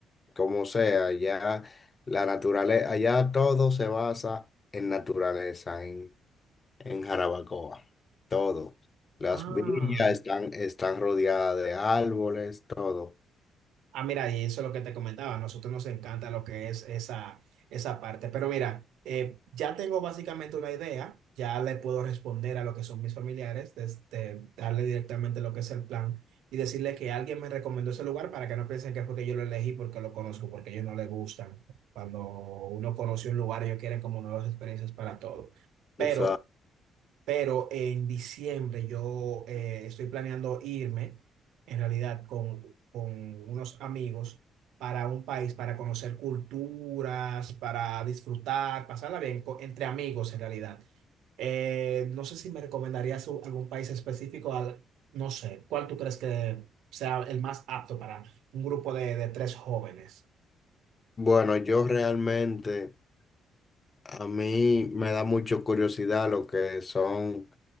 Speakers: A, on the left; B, on the right.
A: como sea. Allá la naturaleza, allá todo se basa en naturaleza, en en Jarabacoa. Todo. Las
B: Ah.
A: villas están, están rodeadas de árboles, todo.
B: Ah, mira, y eso es lo que te comentaba, a nosotros nos encanta lo que es esa, esa parte, pero mira, eh, ya tengo básicamente una idea, ya le puedo responder a lo que son mis familiares, desde, darle directamente lo que es el plan y decirle que alguien me recomendó ese lugar para que no piensen que fue que yo lo elegí porque lo conozco, porque a ellos no les gustan. Cuando uno conoce un lugar, ellos quieren como nuevas experiencias para todo, pero...
A: Esa-
B: Pero en diciembre yo eh, estoy planeando irme, en realidad, con, con unos amigos para un país, para conocer culturas, para disfrutar, pasarla bien co- entre amigos, en realidad. Eh, no sé si me recomendarías u- algún país específico, al, no sé, ¿cuál tú crees que sea el más apto para un grupo de, de tres jóvenes,
A: Bueno, yo realmente, a mí me da mucho curiosidad lo que son